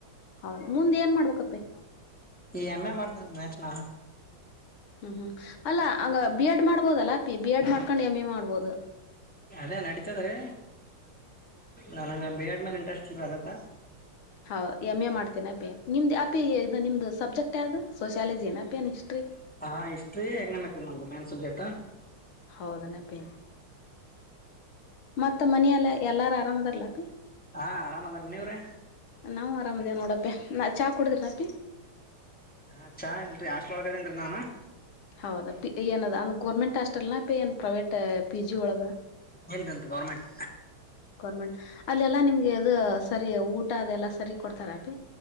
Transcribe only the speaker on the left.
ಹೌದ ಮುಂದೆ ಏನ್ ಮಾಡ್ಬೇಕಪ್ಪಿ
ಹ್ಮ್ ಹ್ಮ್ ಅಲ್ಲಾ ಅಂಗ ಬಿ ಎಡ್ ಮಾಡ್ಬೋದಲ್ಲ ಪಿ ಬಿ ಎಡ್ ಮಾಡ್ಕೊಂಡ್ ಎಮ್ ಎ ಮಾಡ್ಬೋದು
ಹೌ ಎಮ್ ಎ ಮಾಡ್ತೀನ ಅಪ್ಪಿ ನಿಮ್ದು ಅಪಿ ಇದು ನಿಮ್ದು ಸಬ್ಜೆಕ್ಟ್ ಯಾವ್ದು ಸೋಶಿಯಾಲಜಿ ಅಪ್ಪಿ ಏ ಹಿಸ್ಟ್ರಿ
ಹೌದನ ಪ ಮತ್ತ ಮನೆಯಲ್ಲ ಎಲ್ಲಾರು ಆರಾಮದರ್ಲತಿ
ನಾವು ಆರಾಮಿದೇ ನೋಡಪ್ಪಿ ನಾ ಚಾಹ ಕುಡುದ್ರಿಲ್ಲ ಅಪಿ
ಹೌದಾ ಏನದ ಅಂದಂದು ಗೋರ್ಮೆಂಟ್ ಹಾಸ್ಟೆಟಲ್ ನ ಏ ಪ್ರೈವಟ್ ಪಿಜಿ ಒಳಗ
ಗೌರ್ಮೆಂಟ್ ಅಲ್ಲಿ ಎಲ್ಲಾ ನಿಮ್ಗೆ ಅದು ಸರಿ ಊಟ ಅದೆ ಎಲ್ಲಾ ಸರಿ ಕೊಡ್ತಾರ ಅಪಿ